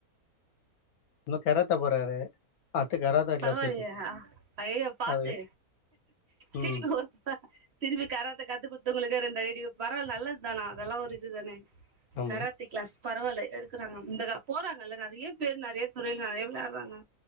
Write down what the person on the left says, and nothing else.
நம கராத்த போறாரு அத்த கராத்தே
கிளாஸ் சேத்து விட்டே
அது ம்
ஆமா